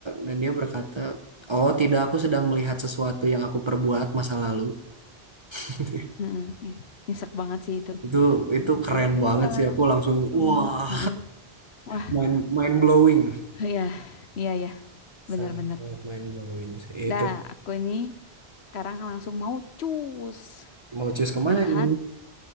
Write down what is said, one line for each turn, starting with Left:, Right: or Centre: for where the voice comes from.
Right: dan dia berkata, oh tidak aku sedang melihat sesuatu yang aku perbuat masa lalu. <laughs>
Left: Heeh, ya. Nyesek banget sih itu.
Right: Itu itu keren
Left: Udah keluar,
Right: banget sih. Aku langsung
Left: ketemu.
Right: wah
Left: Heeh. Wah,
Right: Mind, mind blowing.
Left: iya, iya, iya. Bener-bener.
Right: Sangat, sangat mind blowing sih. Itu
Left: Dah, aku ini sekarang langsung mau cus.
Right: mau cus kemana
Left: Lihat
Right: nih?